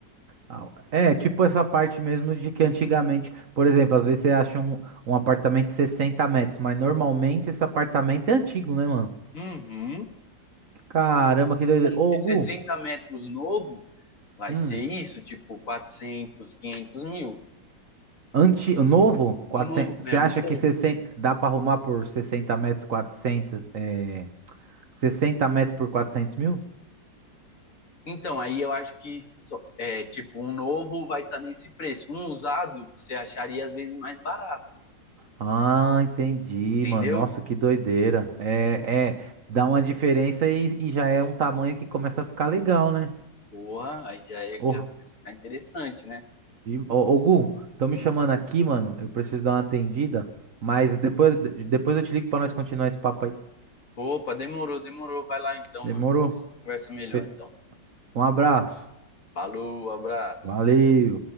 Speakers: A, on the right; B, on the left.
A: Ah, É, tipo essa parte mesmo de que antigamente, por exemplo, às vezes você acha um, um apartamento de 60 metros, mas normalmente esse apartamento é antigo, né, mano?
B: Uhum.
A: Caramba, que doideira.
B: Um
A: Ô,
B: de 60
A: Gu,
B: metros novo vai
A: hum,
B: ser isso, tipo 400, 500 mil.
A: anti, novo, Quatrocentos?
B: Um novo, né,
A: você acha
B: um novo.
A: que 60 dá pra arrumar por 60 metros, 400? é, 60 metros por 400 mil?
B: Então, aí eu acho que só- é tipo um novo vai estar nesse preço. Um usado você acharia às vezes mais barato,
A: Ah, entendi,
B: entendeu?
A: mano. Nossa, que doideira. É, é, dá uma diferença e, e já é um tamanho que começa a ficar legal, né?
B: Porra, aí já é,
A: Ô,
B: já começa a ficar interessante, né?
A: E, ô, ô, Gu, estão me chamando aqui, mano. Eu preciso dar uma atendida. Mas depois, depois eu te ligo pra nós continuar esse papo aí.
B: Opa, demorou, demorou. Vai lá então,
A: Demorou?
B: mano. Conversa melhor
A: Fe-
B: então.
A: Um abraço.
B: Falou, abraço.
A: Valeu.